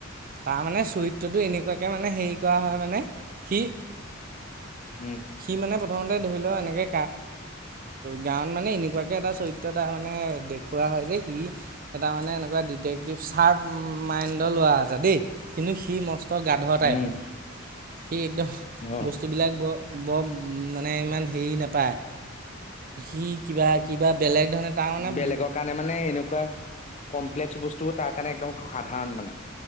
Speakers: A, on the right (about 45°); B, on the left (about 35°).
A: তাৰমানে চৰিত্ৰটো এনেকুৱাকে মানে হেৰি কৰা হয় মানে সি
B: উম।
A: সি মানে প্ৰথমতে ধৰি লও এনেকে গাঁৱত মানে এনেকুৱাকে এটা চৰিত্ৰ তাৰ মানে দেখুওৱা হয় যে সি এটা মানে এনেকুৱা ডিটেক্টিভ চাৰ্প মাইণ্ডৰ লৰা। দেই কিন্তু সি মস্ত গাধ টাইপ
B: উম
A: মানে সি একদম
B: অ
A: বস্তুবিলাক বৰ বৰ মানে ইমান হেৰি নাপায়। সি কিবা-কিবা বেলেগ ধৰণে তাৰ মানে
B: বেলেগৰ কাৰণে মানে এনেকুৱা কমপ্লেক্স বস্তুবোৰ তাৰ কাৰণে একদম সাধাৰণ মানে।